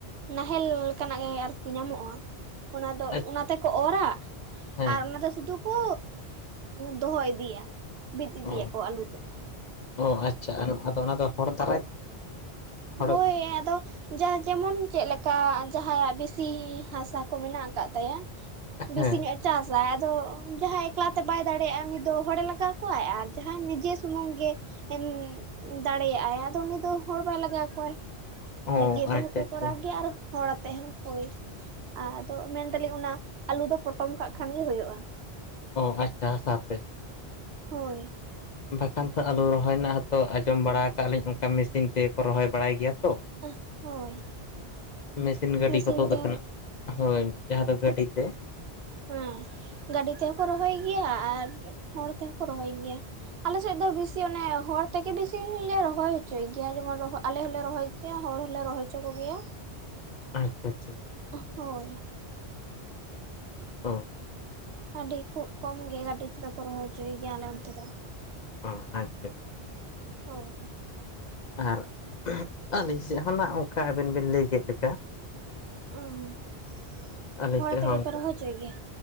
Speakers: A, on the right; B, on the left.
A: ᱱᱟᱦᱮᱞ ᱞᱮᱠᱟᱱᱟᱜ ᱜᱮ ᱟᱨᱠᱤ ᱧᱟᱢᱚᱜᱼᱟ᱾ ᱚᱱᱟ ᱫᱚ
B: ᱟᱪᱪᱷᱟ
A: ᱚᱱᱟ ᱛᱮᱠᱚ ᱚᱨᱟ
B: ᱦᱮᱸ
A: ᱟᱨ ᱚᱱᱟ ᱫᱚ ᱥᱩᱫᱩ ᱠᱚ, ᱫᱚᱦᱚ ᱤᱫᱤᱭᱟ ᱵᱤᱫ ᱤᱫᱤᱭᱟ
B: ᱚ
A: ᱠᱚ ᱟᱹᱞᱩ ᱛᱮᱫ᱾
B: ᱚ ᱟᱪᱪᱷᱟ ᱟᱫᱚ ᱚᱱᱟ ᱫᱚ ᱦᱚᱲ ᱫᱟᱨᱟᱭ ᱦᱚᱲ
A: ᱦᱳᱭ ᱟᱫᱚ ᱡᱟ ᱡᱮᱢᱚᱱ ᱪᱮᱫ ᱞᱮᱠᱟ ᱡᱟᱸᱦᱟᱸᱭᱟᱜ ᱵᱮᱥᱤ ᱦᱟᱥᱟ ᱠᱚ ᱢᱮᱱᱟᱜ ᱟᱠᱟᱫ ᱛᱟᱭᱟ᱾
B: ᱦᱮᱸ
A: ᱵᱮᱥᱤ ᱧᱚᱜ <inaudible> ᱪᱟᱥᱟᱭ ᱟᱫᱚ ᱡᱟᱸᱦᱟ ᱮᱠᱞᱟᱛᱮ ᱵᱟᱭ ᱫᱟᱲᱮᱭᱟᱜᱼᱟ ᱩᱱᱤ ᱫᱚ ᱦᱚᱲᱮ ᱞᱟᱜᱟᱣ ᱠᱚᱣᱟᱭ ᱟᱨ ᱡᱟᱸᱦᱟᱭ ᱱᱤᱡᱮ ᱥᱩᱢᱩᱝ ᱜᱮ ᱮᱢ ᱫᱟᱲᱮᱭᱟᱜᱼ-ᱟᱭ ᱟᱫᱚ ᱩᱱᱤ ᱫᱚ ᱦᱚᱲ ᱵᱟᱭ ᱞᱟᱜᱟᱣ ᱠᱚᱣᱟᱭ᱾
B: ᱚ
A: ᱱᱤᱡᱮ ᱛᱮ
B: ᱟᱪᱪᱷᱟ
A: ᱦᱚᱸ ᱠᱚ
B: ᱟᱪᱪᱷᱟ
A: ᱠᱚᱨᱟᱣ ᱜᱮᱭᱟ ᱟᱨ ᱦᱚᱲ ᱟᱛᱮᱜ ᱦᱚᱸ ᱦᱳᱭ, ᱟᱫᱚ ᱢᱮᱱ ᱫᱟᱞᱤᱧ ᱚᱱᱟ ᱟᱞᱩ ᱫᱚ ᱯᱚᱴᱚᱢ ᱠᱟᱜ ᱠᱷᱟᱱ ᱜᱮ ᱦᱳᱭᱳᱜ-ᱟ᱾
B: ᱚ <inaudible> ᱦᱟᱥᱟ ᱛᱮ᱾
A: ᱦᱳᱭ᱾
B: ᱵᱟᱠᱷᱟᱱ ᱛᱚ ᱟᱞᱩ ᱨᱚᱦᱚᱭ ᱨᱮᱱᱟᱜ ᱦᱚᱛᱚ ᱟᱸᱡᱚᱢ ᱵᱟᱲᱟ ᱟᱠᱟᱜ ᱞᱤᱧ ᱚᱱᱠᱟ ᱢᱮᱥᱤᱱ ᱛᱮᱠᱚ ᱨᱚᱦᱚᱭ ᱵᱟᱲᱟᱭ ᱜᱮᱭᱟ ᱛᱚ᱾
A: <inaudible> ᱦᱳᱭ
B: ᱢᱮᱥᱤᱱ ᱜᱟᱹᱰᱤ
A: ᱢᱮᱥᱤᱱ
B: ᱠᱚ ᱛᱳᱫ
A: ᱛᱮᱦᱚᱸ
B: ᱟᱠᱟᱱᱟ, ᱦᱳᱭ ᱡᱟᱸᱦᱟ ᱫᱚ ᱜᱟᱹᱰᱤ ᱛᱮ᱾
A: ᱦᱮᱸ, ᱜᱟᱹᱰᱤ ᱛᱮᱦᱚᱸ ᱠᱚ ᱨᱚᱦᱚᱭ ᱜᱮᱭᱟ ᱟᱨ ᱦᱚᱲ ᱛᱮᱦᱚᱸ ᱠᱚ ᱨᱚᱦᱚᱭ ᱜᱮᱭᱟ᱾ ᱟᱞᱮ ᱥᱮᱫ ᱫᱚ ᱵᱤᱥᱤ ᱚᱱᱮ ᱦᱚᱲ ᱛᱮᱜᱮ ᱵᱤᱥᱤ ᱞᱮ ᱨᱚᱦᱚᱭ ᱦᱚᱪᱚᱭ ᱜᱮᱭᱟ, ᱡᱮᱢᱚᱱ ᱟᱞᱮ ᱦᱚᱸᱞᱮ ᱨᱚᱦᱚᱭ ᱜᱮᱭᱟ ᱦᱚᱲ ᱦᱚᱞᱮ ᱨᱚᱦᱚᱭ ᱦᱚᱪᱚ ᱠᱚᱜᱮᱭᱟ᱾
B: ᱟᱪᱪᱷᱟ ᱟᱪᱷᱟ ᱟᱪᱷᱟ᱾
A: ᱦᱳᱭ
B: ᱚ
A: ᱟᱹᱰᱤ ᱠᱷᱩᱵ ᱠᱚᱢ ᱜᱮ ᱜᱟᱹᱰᱤ ᱛᱮᱫᱚ ᱠᱚ ᱨᱚᱦᱚᱭ ᱦᱚᱪᱚᱭ ᱜᱮᱭᱟ ᱟᱞᱮ ᱚᱱᱛᱮ ᱫᱚ᱾
B: ᱚ, ᱟᱪᱪᱷᱟ᱾
A: ᱦᱳᱭ᱾
B: ᱟᱨ <inaudible> ᱟᱹᱞᱤᱧ ᱥᱮᱫ ᱦᱚᱸ ᱱᱟᱜ ᱚᱱᱠᱟ ᱟᱵᱮᱱ ᱵᱤᱱ ᱞᱟᱹᱭ ᱠᱮᱫ ᱞᱮᱠᱟ᱾
A: <inaudible>
B: ᱟᱞᱤᱧ ᱥᱮᱫ
A: ᱛᱮᱜᱮ
B: ᱦᱚᱸ ᱚᱱᱠᱟ,
A: ᱯᱮ ᱨᱚᱦᱚᱭ ᱦᱚᱪᱚᱭ ᱜᱮᱭᱟ